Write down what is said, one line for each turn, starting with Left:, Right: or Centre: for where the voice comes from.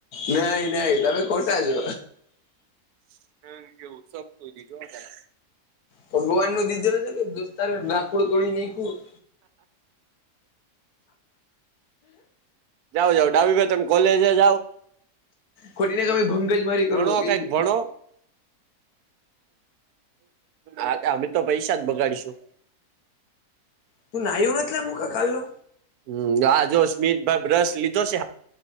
Left: નહીં-નહીં તમે ખોટા છો.
Right: <inaudible>
Left: ભગવાન નો દીધેલું છે કે દોસ્તાર <unintelligible> તોડી નાયખું? <inaudible>
Right: જાવ-જાવ ડાબી ભાઈ તમે કોલેજે જાઓ.
Left: ખોટી ને
Right: હે
Left: તમે ભંગ જ મારી કરું
Right: ભણો
Left: કહી
Right: કાંઈક
Left: દે
Right: ભણો. હા તે અમે તો પૈસા જ બગાડીશું.
Left: તું નાહ્યો નથ મુકલો કાલનો?
Right: હમ્મ. આ જો સ્મિતભાઈ બ્રશ લીધો સે હા